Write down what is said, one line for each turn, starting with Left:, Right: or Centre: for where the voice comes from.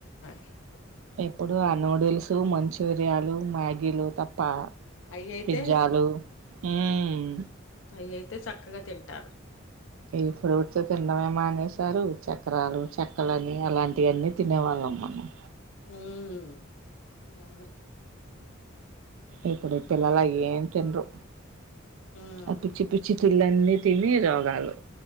Left: <unintelligible>
Right: ఇప్పుడు ఆ నూడిల్స్ మంచూరియాలు మ్యా వీళ్ళు తప్ప
Left: అయి అయితే
Right: పిజ్జాలు హూమ్ హుమ్
Left: అయ్యియితే చక్కగా తింటారు
Right: ఈ ఫ్రూట్స్ తిండమేమా సారు చక్రాలు చెక్కలని అలాంటివన్నీ తినే వాళ్ళం మనం
Left: హూమ్ అవును
Right: ఇప్పుడు ఈ పిల్లలు అయ్యేం తినరు
Left: ఉమ్
Right: అ పిచ్చి పిచ్చి తిల్లన్నీ తిని రోగాలు